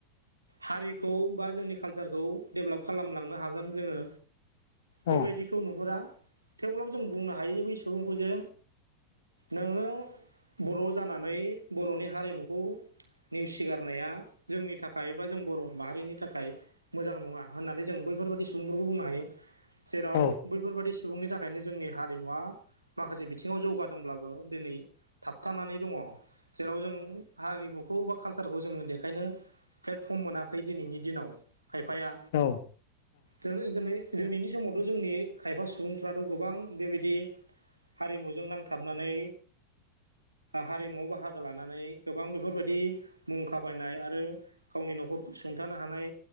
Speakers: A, on the right; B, on the left.
A: हारिखौ बा जोंनि कालसारखौ डेभलप खालामलांनो हागोन जोङो बैबायदिखौ
B: औ
A: नुहुरा थेवब्लाबो जों बुंनो हायो बै सुबुंखौ जे नोङो बर' जानानै बर'नि हारिमुखौ नेवसिगारनाया जोंनि थाखाय बा जों बर' माहारिनि थाखाय मोजां नङा होननानै जोंबो बेफोरबायादि सुबुंफोरखौ बुंनो हायो जेराव
B: औ
A: बैफोरबायादि सुबुंनि थाखायनो जोंनि हारिमुवा माखासे बिथिङाव जौगादोंब्लाबो दिनै थाबथानानै दङ। जेराव जों हारिमुखौ बा कालसारखौ जोङो देखायनो प्लेटफर्म मोनाखै दिनैनि दिनाव खायफाया
B: औ
A: दिनैनि समावथ' जोंनि खायफा सुबुंफ्राथ' गोबां बेबायदि हारिमुजों नांथाबनानै
B: <inaudible>
A: हारिमुवआव बाहागो लानानै गोबां बेफोरबायदि मुंखा बायनाय आरो गावनि न'खरखौ सुं खोन्थानो हानाय